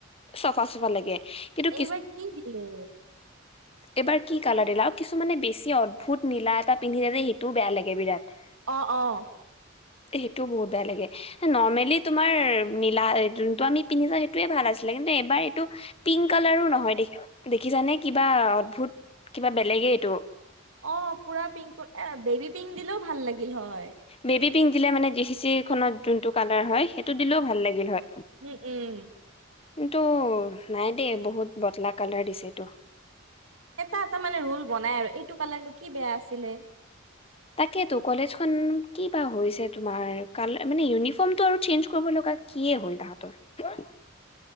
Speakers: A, on the left; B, on the right.
A: চাফা চাফা লাগে। কিন্তু
B: এইবাৰ কি দিলে
A: এবাৰ কি কালাৰ দিলা আৰু কিছুমানে বেছি অদ্ভুত নীলা এটা পিন্ধি যায় যে সেইটোও বেয়া লাগে বিৰাট
B: অ অ
A: সেইটোও বহুত বেয়া লাগে নৰ্মেলি তোমাৰ নীলা যোনটো আমি পিন্ধি যাও সেইটোৱে ভাল আছিলে কিন্তু এবাৰ এইটো পিংক কালাৰো নহয় দে দেখিছানে কিবা অদ্ভুত কিবা বেলেগেই এইটো।
B: অ পুৰা পিংক এ বেবী পিং দিলও ভাল লাগে। গিল হয়।
A: বেবী পিংক দিলে মানে জি চি চি খনত যোনতটো কালাৰ হয় সেইটো দিলেও ভাল লাগিল হয়।
B: উম উম।
A: কিন্তু নাই দেই বহুত বটলা কালাৰ দিছে এইটো।
B: এটা এটা মানে ৰোল বনাই আৰু এইটো কালাৰনো কি বেয়া আছিলে।
A: তাকেটো কলেজখন কি বা হৈছে তোমাৰ কালা মানে ইউনিফৰ্মটো চেঞ্চ কৰিব লগা কিয়ে হল তাহাতৰ।